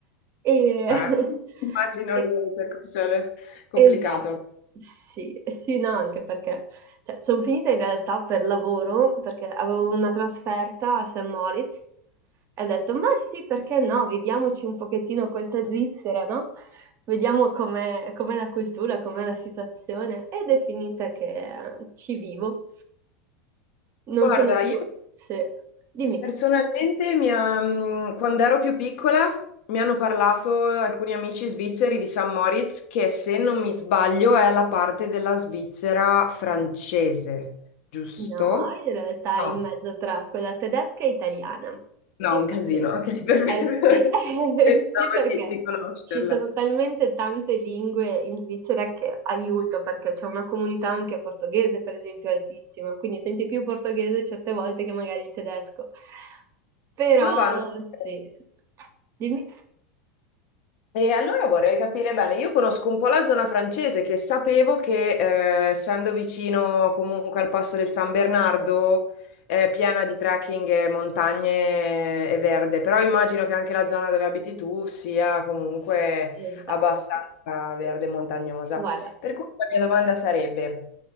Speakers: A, on the right (about 40°); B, on the left (about 65°).
A: E...
B: Beh,
A: <laughs>
B: Immagino
A: e-
B: che il percorso è complicato.
A: Esatto, sì, sì, no, anche perché sono finita in realtà per lavoro, perché avevo una trasferta a St. Moritz. E ho detto, ma sì, perché no? Viviamoci un pochettino questa Svizzera, no? Vediamo com'è com'è la cultura, com'è la situazione. Ed è finita che eh, ci vivo. Non
B: Guarda,
A: sono più...
B: io
A: Sì, dimmi.
B: Personalmente, mi ha- mh, quando ero più piccola, mi hanno parlato alcuni amici svizzeri di San Moritz, che se non mi sbaglio è la parte della Svizzera francese, giusto?
A: No, in realtà
B: No,
A: è in mezzo tra quella tedesca e italiana.
B: no,
A: E infatti,
B: un casino, ok, <laughs> perfetto.
A: eh sì, <laughs>
B: Pensavo
A: sì, perché
B: di, di conoscerla.
A: ci sono talmente tante lingue in Svizzera che aiuto, perché c'è una comunità anche portoghese, per esempio, altissima, quindi senti più portoghese certe volte che magari il tedesco. Però
B: Ma va, non... so,
A: sì, dimmi.
B: E allora vorrei capire bene, io conosco un po' la zona francese che sapevo che eh, essendo vicino comunque al passo del San Bernardo è piena di trekking e montagne e verde, però immagino che anche la zona dove abiti tu sia comunque
A: Esatto,
B: abbastanza verde e montagnosa.
A: guarda.
B: Per cui la mia domanda sarebbe,